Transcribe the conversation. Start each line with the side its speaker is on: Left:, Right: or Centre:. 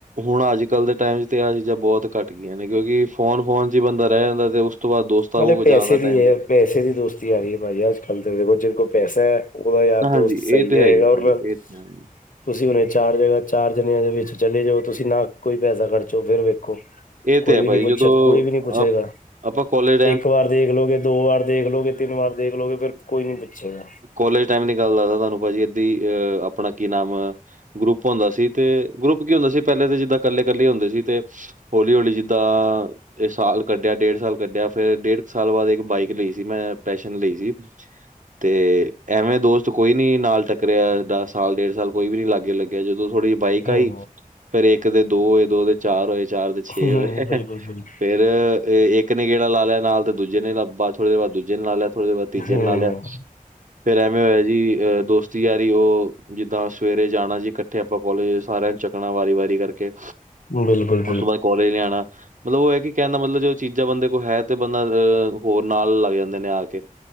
Right: ਹੁਣ ਅੱਜ ਕੱਲ ਦੇ ਟਾਈਮ ਵਿੱਚ, ਤੇ ਆਹ ਚੀਜ਼ਾਂ ਬਹੁਤ ਘੱਟ ਗਈਆਂ ਨੇ ਕਿਉਂਕਿ ਫੋਨ ਫੋਨ ਚ ਬੰਦਾ ਰਹਿ ਜਾਂਦਾ, ਤੇ ਉਸ ਤੋਂ ਬਾਅਦ ਦੋਸਤਾਂ
Left: ਮਤਲਬ
Right: ਕੋਲ ਜਾਂਦਾ ਟਾਈਮ
Left: ਪੈਸੇ ਦੀ ਦੋਸਤੀ ਯਾਰੀ ਹੈ ਭਾਜੀ ਅੱਜ ਕੱਲ ਦੇਖੋ ਜਿ ਕੋਲ ਪੈਸਾ ਹੈ। ਉਹਦਾ ਯਾਰ
Right: ਹਾਂਜੀ,
Left: ਦੋਸਤ ਸਹੀ
Right: ਇਹ ਤੇ
Left: ਰਹੇਗਾ।
Right: ਹੈਗੀ
Left: ਔਰ
Right: ਭਾਜੀ ਇਹ ਤੇ ਹੈ,
Left: ਤੁਸੀਂ ਹੁਨੇ ਚਾਰ ਜਗ੍ਹਾ, ਚਾਰ ਜਨਿਆਂ ਦੇ ਵਿੱਚ ਚਲੇ ਜੋ, ਤੁਸੀਂ ਨਾ ਕੋਈ ਪੈਸਾ ਖਰਚੋ ਫਿਰ ਵੇਖੋ।
Right: ਇਹ ਤੇ
Left: ਕੋਈ
Right: ਹੈ
Left: ਵੀ
Right: ਭਾਜੀ
Left: ਨੀ ਪੁੱਛ,
Right: ਜਦੋਂ
Left: ਕੋਈ ਵੀ ਨੀ ਪੁੱਛੇਗਾ
Right: ਅ ਆਪਾਂ ਕੋਲਜ
Left: ਇੱਕ ਵਾਰ ਦੇਖ ਲੋਗੇ, ਦੋ ਵਾਰ ਦੇਖਲੋਗੇ, ਤਿੰਨ ਵਾਰ ਦੇਖ ਲੋਗੇ, ਫਿਰ ਕੋਈ ਨੀ ਪੁੱਛੇਗਾ।
Right: ਕੋਲੇਜ ਟਾਈਮ ਦੀ ਗੱਲ ਦੱਸਦਾ ਤੁਹਾਨੂੰ ਭਾਜੀ ਅਦੀ ਅ, ਆਪਣਾ ਕੀ ਨਾਮ ਗਰੁੱਪ ਹੁੰਦਾ ਸੀ। ਤੇ ਗਰੁੱਪ ਕੀ ਹੁੰਦਾ ਸੀ ਪਹਿਲੇ ਤਾਂ ਜਿੱਦਾਂ ਕੱਲੇ- ਕੱਲੇ ਹੁੰਦੇ ਸੀ। ਤੇ ਹੌਲੀ ਹੌਲੀ ਜਿੱਦਾਂ ਇਹ ਸਾਲ ਕੱਢਿਆ, ਡੇਢ ਸਾਲ ਕੱਢਿਆ, ਫੇਰ ਡੇਢ ਕੁ ਸਾਲ ਬਾਅਦ ਇੱਕ ਬਾਈਕ ਲਈ ਸੀ, ਮੈਂ ਪੈਸ਼ਨ ਲਈ ਸੀ ਤੇ ਐਵੇਂ ਦੋਸਤ ਕੋਈ ਨੀ ਨਾਲ ਟੱਕਰਿਆ, ਦਸ ਸਾਲ ਡੇਢ ਸਾਲ ਕੋਈ ਵੀ ਨੀ ਲਾਗੇ ਲੱਗਿਆ ਜਦੋਂ ਥੋੜ੍ਹੀ ਬਾਈਕ
Left: ਹੂੰ
Right: ਆਈ ਫੇਰ ਇੱਕ ਦੇ ਦੋ ਹੋਏ, ਦੋ ਦੇ ਚਾਰ ਹੋਏ, ਚਾਰ ਦੇ ਛੇ
Left: ਹੂੰ,
Right: ਹੋਏ,
Left: ਬਿਲਕੁਲ ਬਿਲਕੁਲ
Right: ਫੇਰ ਫ ਇੱਕ ਨੇ ਗੇੜਾ ਲਾ ਲਆ ਨਾਲ, ਤੇ ਦੂਜੇ ਨੇ ਥੋੜੇ ਦੇ ਬਾਦ ਦੂਜੇ ਨੇ ਲਿਆ, ਥੋੜੇ ਦੇ ਬਾਦ ਤੀਜੇ
Left: ਹੂੰ
Right: ਨੇ ਲਾ ਲਿਆ। ਫੇਰ ਐਵੇਂ ਹੋਇਆ ਜੀ, ਅਹ ਦੋਸਤ ਦੋਸਤੀ ਯਾਰੀ ਉਹ ਜਿੱਦਾਂ ਸਵੇਰੇ ਜਾਣਾ ਜੀ ਕੱਠੇ ਆਪਾਂ ਕੋਲਜ, ਸਾਰਿਆਂ ਨੂੰ ਚੱਕਣਾ ਵਾਰੀ ਵਾਰੀ ਕਰਕੇ
Left: ਬਿਲਕੁਲ
Right: ਉਸ ਤੋਂ ਬਾਅਦ ਕੋਲੇਜ ਨੇ ਆਣਾ। ਮਤਲਬ ਉਹ ਹੈ ਕਿ ਕਹਿਣ ਦਾ ਮਤਲਬ, ਜੋ ਚੀਜ਼ਾਂ ਬੰਦੇ ਕੋਲ ਹੈ ਤੇ ਬੰਦਾ ਅਹ ਹੋਰ ਨਾਲ ਲੱਗ ਜਾਂਦੇ ਨੇ ਆ ਕੇ।